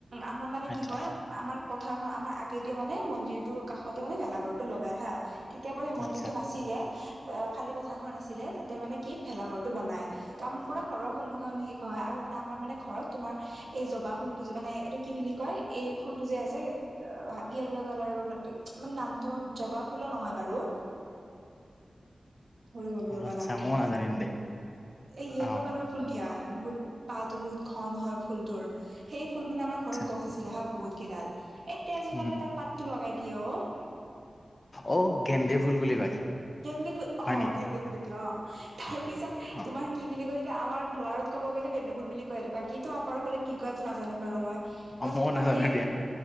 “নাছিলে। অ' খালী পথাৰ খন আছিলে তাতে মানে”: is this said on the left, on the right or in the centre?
Right